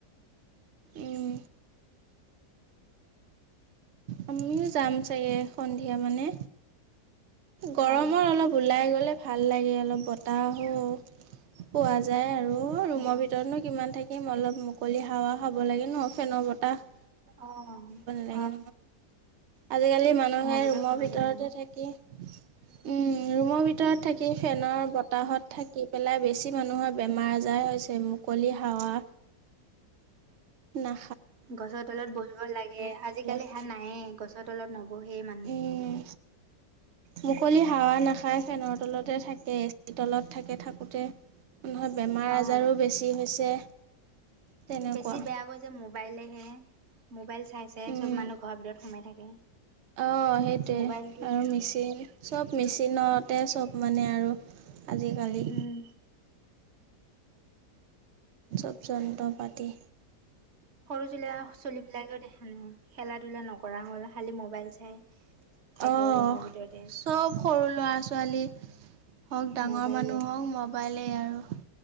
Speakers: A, on the right; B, on the right.
A: উম। আমিও যাম চাগে সন্ধিয়া মানে গৰমত
B: অ',
A: অলপ ওলাই গ'লে ভাল লাগে অলপ বতাহো পোৱা যাই আৰু ৰুমৰ
B: অ',
A: ভিতৰতনো কিমান থাকিম। অলপ মুকলি হাৱা খাব লাগে ন ফেনৰ বৰতাহ
B: অহ'
A: <inaudible> নহয় আজিকালি মানুহে
B: ভিতৰত
A: ৰুমৰ
B: সোমাই
A: ভিতৰতে
B: থাকিম আৰু।
A: থাকি উম ৰুমৰ ভিতৰত থাকি ফেনৰ বতাহত থাকি পেলাই বেছি মানুহৰ বেমাৰ আজাৰ হৈছে মুকলি হাৱা
B: <inaudible>
A: না
B: গছৰ তলত বহিব লাগে আজিকালি
A: নলয়
B: হেয়া নায়ে গছৰ তলত নব বহে মানুহ।
A: উম মুকলি হাৱা নাখাই, ফেনৰ তলতে থাকে, এ চিৰ তলত থাকে থাকোঁতে মানুহ বেমাৰ
B: অ',
A: আজাৰো বেছি হৈছে। তেনেকুৱা
B: বেছি বেয়া কৰিছে মোবাইলেহে মোবাইল চাই চাই
A: উম
B: চ'ব মানুহ ঘৰৰ ভিতৰত সোমাই থাকে।
A: অ' সেইটোৱে
B: মোবাইলটোৱে
A: আৰু মিচিন চ'ব মিচিন মিচিনতে চ'ব মানে আৰু আজিকালি
B: উম।
A: চ'ব যন্ত্ৰপাতি
B: সৰু চলি চলিবিলাকেও দেখা নাই, খেলা ধূলা নকৰা হ'ল, খালি মোবাইল চাই। থাকে
A: অ'
B: ৰুমৰ ভিতৰতে
A: চ'ব সৰু ল'ৰা ছোৱালী হওঁক, ডাঙৰ
B: মোবাইলে
A: মানুহ হওঁক, ম'বাইলেই আৰু।